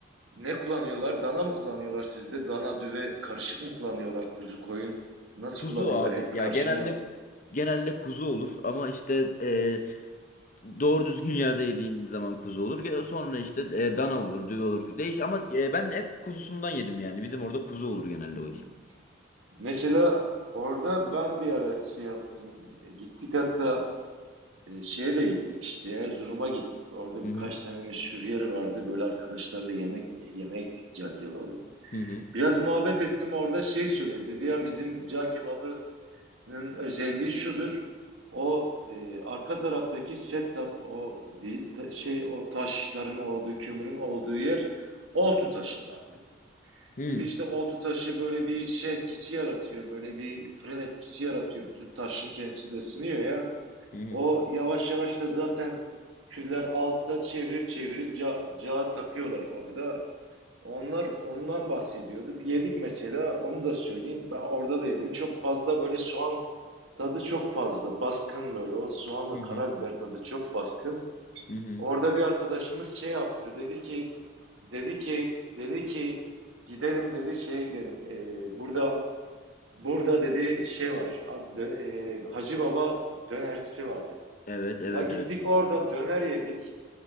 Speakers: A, on the right; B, on the left.
A: Ne kullanıyorlar? Dana mı kullanıyorlar sizde? Dana, düve karışık mı kullanıyorlar? Kuzu, koyun. Nasıl
B: Kuzu
A: kullanıyorlar?
B: abi
A: Et
B: ya
A: karışımı
B: genelde
A: nasıl?
B: genelde kuzu olur ama işte ee, Doğru düzgün yerde yediğin zaman kuzu olur. Gel- Sonra işte e, dana olur, düve olur. Değiş ama e, ben hep kuzusundan yedim yani. Bizim orada kuzu olur genelde
A: Hı.
B: o iş.
A: Mesela orada ben bir ara şey yaptım. E, Gittik hatta E, şeye de gittik işte Erzurum'a gittik. Orada
B: Hı
A: birkaç
B: hı.
A: tane meşhur yeri vardı. Böyle arkadaşlarla yemek yemeğe gittik cağ kebabı.
B: Hı hı.
A: Biraz muhabbet ettim orada şey söyledi. Dedi ya bizim cağ kebabının özelliği şudur. O e, arka taraftaki setup o değil, ta- şey o taşların olduğu kömürün olduğu yer oltu taşından dedi.
B: Hı
A: Dedi
B: hı.
A: işte oltu taşı böyle bir şey etkisi yaratıyor. Böyle bir fırın etkisi yaratıyor. Bütün taşın kendisi de ısınıyor ya.
B: Hı hı.
A: O yavaş yavaş da zaten küller altta çevirip çevirip ca cağa takıyorlar orada. Onlar ondan bahsediyordu. Yedik mesela onu da söyleyeyim. Ben orada da yedim. Çok fazla böyle soğan tadı çok fazla. Baskın böyle. O soğanla
B: Hı hı.
A: karabiber tadı çok baskın.
B: Hı hı.
A: Orada bir arkadaşımız şey yaptı. Dedi ki dedi ki dedi ki gidelim dedi şeye gidelim. Ee, burada burada dedi şey var. Ad- dö- ee, Hacı Baba dönercisi var dedi.
B: Evet, evet,
A: Ya gittik
B: evet.
A: orada döner yedik.